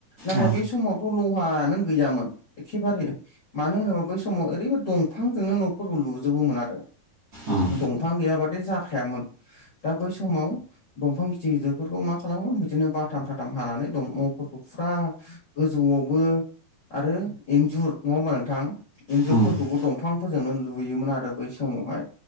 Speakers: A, on the left; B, on the right.
A: नाथाय
B: औ
A: बे समावथ' लहानो गैयामोन एखेबारे मानो होनोबा बै समाव ओरैब दंफांजोंनो न'फोरखौ लुजोबोमोन आरो
B: उम
A: दंफां गैयाबादि जाखायामोन दा बै समाव दंफां गिदिर गिदिरफोरखौ मा खालामोमोन बिदिनो बाथाम थाथाम हानानै न'फोरखौ फुरा गोजौआवबो आरो इन्जुर नङा होमबा नोंथां इन्जुरफोरखौबो
B: हागोन
A: दंफांफोरजोंनो लुयोमोन आरो बैस समावहाय